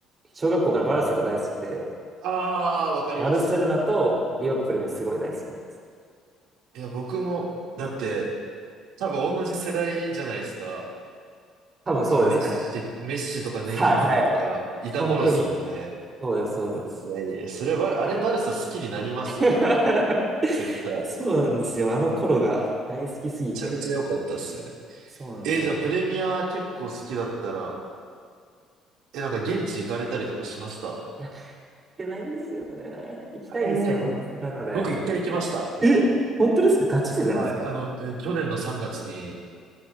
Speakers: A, on the right; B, on the right.
A: 小学校からバルサが大好きで、
B: あー、わかります。
A: バルセロナとリバプールがすごい大好きなんです。
B: いや、僕も、だって、多分同じ世代じゃないですか。
A: 多分そうですね。
B: そのメッシ、メッシとかネイマールとか、
A: はいはい。
B: いた頃ですもんね。
A: 本当に、そうです、そうです。
B: いやいや、それはバ、あれバルサ好きになりますよ。
A: <laughs>
B: 絶対。
A: そうなんですよ。あの頃が大好きすぎて。
B: めちゃめちゃ良かったっすよね。
A: そうなんですよ。
B: えーじゃあプレミア結構好きだったら、え、なんか現地行かれたりとかしました
A: いや、行けないんですよね。行きたいんですよ。
B: えー、ぼ
A: なので。
B: 僕一回行きました。
A: え、本当ですかガチ勢じゃないですか
B: はい、あの、えー去年の3月に